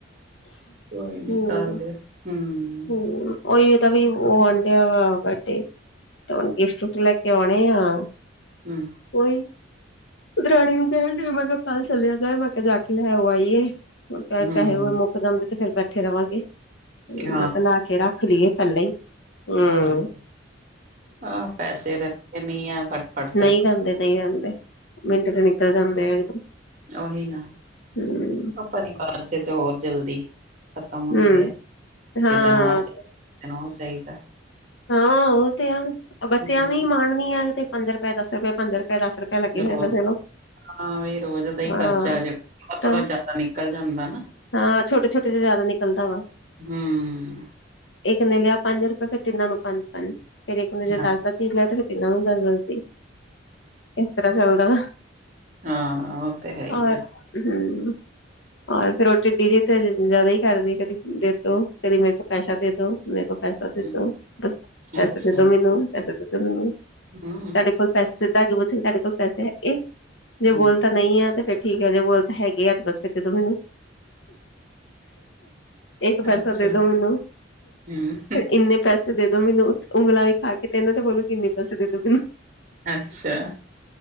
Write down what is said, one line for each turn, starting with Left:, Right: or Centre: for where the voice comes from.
Right: ਕੋਈ ਨੀ
Left: ਹੂੰ
Right: ਕੱਲ ਹਮ।
Left: ਹੂੰ
Right: <unintelligible>
Left: ਉਹੀ ਤਾਂ ਵੀ ਉਹ ਆ ਡਿਆ ਵਾ ਵੱਡੇ ਤੇ ਗਿਫਟ ਗੁਫਟ ਲੈ ਕੇ ਆਉਣੇ ਆਂ।
Right: ਹਮ।
Left: ਕੋਈ ਕ ਮੈਂ ਕਿਹਾ ਫਾਲ ਚਲਿਆ ਜਾਏ ਮੈਂ ਕਿਹਾ ਦਖਿਲ ਹੈ ਉਹ ਆਈਏ <unintelligible> ਪੈਸੇ
Right: ਹੂੰ
Left: ਹੈ ੳਹ, ਮੁੱਕ ਜਾਂਨਦੇ ਤੇ ਫੇਰ ਬੈੇ ਉੱਥੇ ਰਵਾਂਗੇ
Right: ਹਾਂ
Left: ਮੈਂ ਕਿਹਾ ਲਾ ਕੇ ਰੱਖ ਲਈ ਏ ਥੱਲੇ ਹੀ। ਹਮ
Right: ਹੋਰ ਕੀ ਆਹ ਪੈਸੇ ਰਸਤੇ ਨੀ ਆ ਫਟਫਟ ਤੇ
Left: ਨਹੀਂ <unintelligible> <unintelligible> ਨਹੀਂ ਜਾਂਦੇ ਮਿੰਟ ਚ ਨਿਕਲ ਜਾਂਦੇ ਇੱਕਦਮ
Right: ਓਹੀ ਨਾ
Left: ਹੂੰ
Right: ਉਹ ਪਰਿਵਾਰ ਚ ਤੇ ਹੋਰ ਜਲਦੀ ਖਤਮ ਹੁੰਦੇ
Left: ਹੂੰ
Right: ਆ।
Left: ਹਾਂ
Right: ਕਿਸੇ ਨੂੰ ਆਹ ਚ। ਕਿਸੇ ਨੂੰ ਉਹ ਚਾਹੀਦਾ।
Left: ਹਾਂ ਉਹ ਤੇ ਆ ਬੱਚਿਆਂ
Right: ਹੂੰ
Left: ਨੂੰ ਹੀ ਮਾਣਨੀ ਆ। ਤੇ ਪੰਜ ਰੁਪਏ ਦਸ ਰੁਪਏ ਪੰਜ ਰੁਪਏ ਦਸ ਰੁਪਏ। ਪੈ ਲੱਗੇ
Right: ਰੋਜ਼
Left: ਹੋਏਗਾ ਨੂੰ <unintelligible> <unintelligible>
Right: ਹਾਂ ਰੋਜ਼ ਦਾ ਹੀ
Left: ਹਾਂ
Right: ਖਰਚਾ। ਜਿਹੜਾ
Left: ਤਾਂ
Right: ਥੋੜਾ ਜਿਆਦਾ ਨਿਕਲ ਜਾਂਦਾ ਨਾਂ।
Left: ਹਾਂ ਛੋਟੇ ਛੋਟੇ ਚ। ਜ਼ਿਆਦਾ ਨਿਕਲਦਾ ਵਾ।
Right: ਹਮ।
Left: ਇੱਕ ਨੇ ਲਿਆ ਪੰਜ ਰੁਪਏ। ਫੇਰ ਤਿੰਨਾਂ ਲੋਕਾਂ ਨੂੰ ਪੰਜ ਪੰਜ। ਫ਼ਿਰ ਇੱਕ ਨੇ ਜੇ
Right: ਹਾਂ
Left: ਦੱਸ ਦਾ। ਤਿੰਨਾਂ ਨੂੰ ਦਸ ਦਸ ਦੇ। <unintelligible> ਇਸ ਤਰ੍ਹਾਂ ਚੱਲਦਾ ਵਾ
Right: ਹਾਂ ਉਹ ਤੇ ਹੈ ਹੀ
Left: ਔਰ
Right: ਆ
Left: ਹਮ। ਔਰ ਫੇਰ ਰੋਟੀ ਡੀ ਜੀ ਤੇ। ਜ਼ਿਆਦਾ ਹੀ ਕਰਦੀ। ਕਦੀ ਦੇ ਦੋ ਕਦੀ ਮੇਰੇ ਕੋਲ ਪੈਸਾ ਦੇ ਦੋ। ਮੇਰੇ ਕੋ ਪੈਸਾ ਦੇਦੋ
Right: ਹੂੰ,
Left: ਬਸ ਪੈਸੇ
Right: ਅੱਛਾ
Left: ਦੇ ਦੋ ਮੈਨੂੰ ਪੈਸੇ ਦੇਦੋ ਮੈਨੂੰ
Right: ਹੂੰ
Left: ਤੁਡੇ ਕੋਲ ਪੈਸੇ ਸਿੱਧਾਂ ਪੁੱਛ ਤੁਹਾਡੇ ਕੋਲ ਪੈਸੇ ਹੈ। ਇਹ ਜੇ
Right: ਹੂੰ
Left: ਬੋਲ ਨਈ ਐ ਤੇ ਫੇਰ ਠੀਕ ਐ ਜੇ ਬੋਲ ਤਾਂ ਹੈਗੇ ਆ ਤੇ ਬਸ ਫੇਰ ਦੇਦੋ ਮੈਨੂੰ ਇੱਕ ਪੈਸਾ
Right: ਅੱਛਾ
Left: ਦੇ ਦੋ ਮੈਨੂੰ
Right: ਹੂੰ
Left: ਪਰ ਇੰਨੇ ਪੈਸੇ- ਦੇ ਦੋ ਮੈਨੂੰ ਉਹ ਮਲਾਈ ਖਾ ਕੇ ਤਿੰਨੋ ਬੋਲੋ ਕਿੰਨੇ ਪੈਸੇ ਦੇ ਦੋ ਮੈਨੂੰ
Right: ਅੱਛਾ